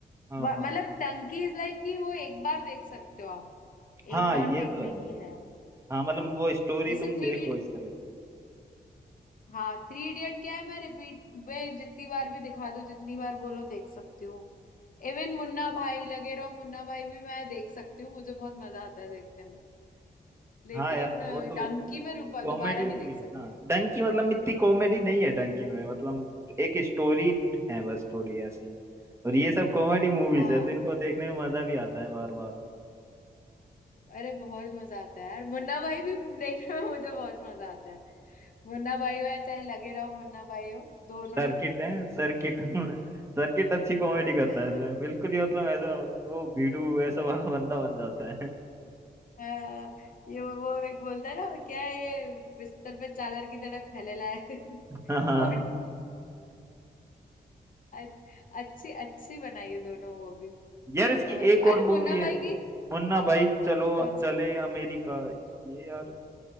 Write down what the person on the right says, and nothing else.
हाँ
हाँ
हाँ
ये
तो है
हाँ मतलब वो स्टोरी
तुम देखो
इस तरह
हाँ यार वो तो
कॉमेडी
मूवी
है
ना डंकी मतलब इतनी कॉमेडी नहीं है डंकी में मतलब एक स्टोरी है बस थोड़ी ऐसी और ये सब कॉमेडी मूवीज
है तो इनको देखने में मजा भी आता है बार बार
सर्किट
है सर्किट सर्किट अच्छी कॉमेडी करता
है इसमें बिल्कुल ये मतलब ऐसा वो भीड़ू ऐसा वाला बंदा बन जाता है
हाँ
यार इसकी
एक और
मूवी
है
मुन्ना भाई चलो
चले अमेरिका ये यार